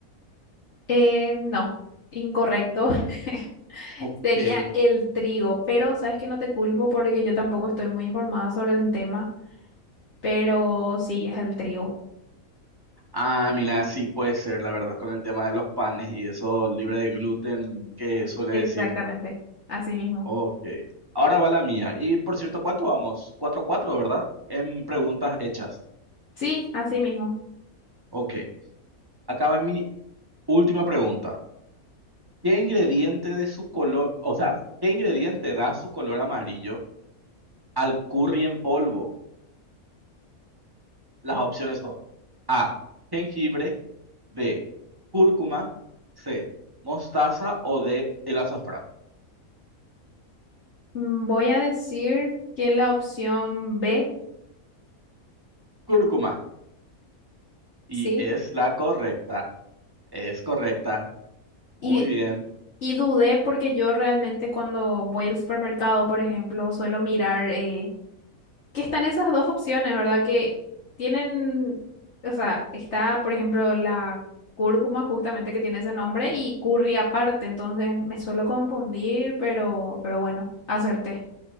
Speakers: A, on the left; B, on the right.
A: Eh, no, incorrecto. <laughs>
B: <laughs> Ok.
A: Sería el trigo, pero sabes que no te culpo porque yo tampoco estoy muy informada sobre el tema, pero sí, es el trigo.
B: Ah, mira, sí puede ser, la verdad, con el tema de los panes y eso libre de gluten que suele
A: Exactamente,
B: decir.
A: así mismo.
B: Ok. Ahora va la mía. Y por cierto, ¿cuánto vamos? 4 cuatro ¿verdad? En preguntas hechas.
A: Sí, así mismo.
B: Ok. Acá va mi última pregunta. ¿Qué ingrediente de su color, o sea, qué ingrediente da su color amarillo al curry en polvo? Las opciones son A, jengibre, B, cúrcuma, C, mostaza o D, el azafrán.
A: Mm, Voy a decir que la opción B,
B: Cúrcuma. Y
A: sí,
B: es la correcta. Es correcta. Muy
A: y,
B: bien.
A: y dudé porque yo realmente cuando voy al supermercado, por ejemplo, suelo mirar eh, que están esas dos opciones, ¿verdad? Que tienen, o sea, está, por ejemplo, la cúrcuma justamente que tiene ese nombre y curry aparte, entonces me suelo confundir, pero, pero bueno, acerté.